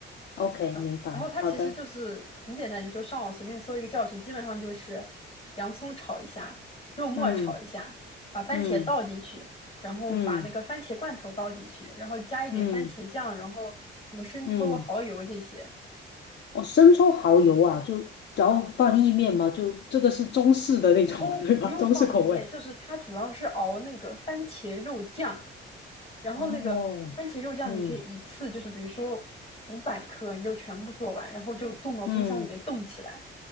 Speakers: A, on the left; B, on the left.
A: OK，
B: 嗯，
A: 明白，
B: 然后它其实就是很简单，
A: 好的，
B: 你就上网随便搜一个教程，基本上就是洋葱炒一下，肉末炒一下，
A: 嗯
B: 把番茄倒进去，
A: 嗯
B: 然后把那个番茄罐头倒进去，
A: 嗯
B: 然后加一点番茄酱，
A: 嗯
B: 然后什么生抽、
A: 嗯，
B: 蚝油这些。
A: 哦，生抽蚝油啊，就只要放意面嘛，就这个是中式的那种，
B: 哦，
A: <laughs> 对吧？
B: 不用放意面，
A: 中式口味。
B: 就是它主要是熬那个番茄肉酱，然后那个番茄肉酱你可以一次就是比如说
A: 哦，嗯
B: 五百克，你就全部做完，然后就冻到冰箱里面冻起来。
A: 嗯